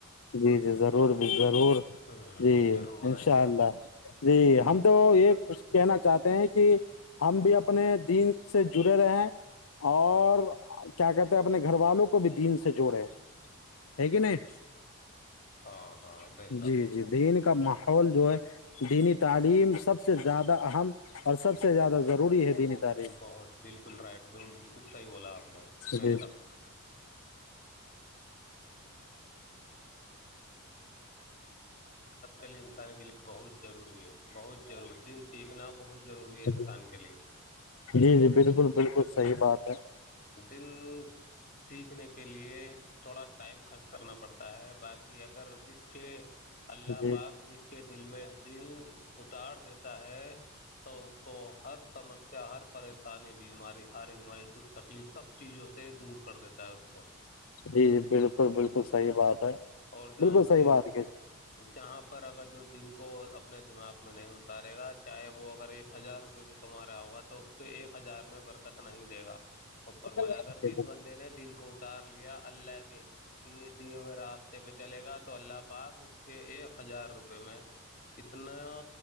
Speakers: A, on the left; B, on the left.
A: جی جی ضرور بھی ضرور
B: ہ
A: جی
B: ضرور
A: انشاء
B: بنائیں گے
A: اللہ جی ہم تو یہ کچھ کہنا چاہتے ہیں کہ
B: <inaudible>
A: ہم بھی اپنے دین سے جڑے رہے اور
B: ہاں
A: کیا کہتے ہیں اپنے گھر والوں کو بھی دین سے جوڑے ہے کہ نہیں
B: ہاں ہاں بے شک
A: جی جی دین کا ماحول اول جو ہے دینی تعلیم سب سے زیادہ اہم اور سب سے زیادہ ضروری ہے دینی تعلیم
B: بہت بالکل رائٹ بالکل صحیح بولا اپ نے بے
A: جی
B: شک <inaudible> کل انسان کے لیے بہت ضروری ہے بہت ضروری دین سیکھنا بہت ضروری ہے
A: جی
B: انسان کے لیے
A: جی جی بالکل بالکل صحیح بات ہے
B: دین سیکھنے کے لیے تھوڑا ٹائم خرچ کرنا پڑتا ہے باقی اگر جس کے اللہ
A: جی
B: پاک جس کے دل میں دل اتار دیتا ہے تو اس کو ہر سمسیا ہر پریشانی بیماری ہر بیماری دکھ تکلیف سب چیزوں سے دور کر دیتا ہے اس کو
A: جی جی بالکل بالکل صحیح بات
B: اور جہاں
A: بالکل
B: وہ
A: صحیح
B: ایک
A: بات ہی
B: جہاں پر اگر جو دن کو اپنے دماغ میں نہیں اتارے گا چاہے وہ اگر ایک ہزار روپئے بھی کما رہا ہوگا تو اس کو ایک ہزار میں برکت نہیں دے گا اپر والا
A: جی
B: اگر جس بندے نے دن کو تار لیا اللہ کے کہ یہ دی ہوئی راست پہ چلے گا تو اللہ پاک کے ایک ہزار روپئے میں اتنا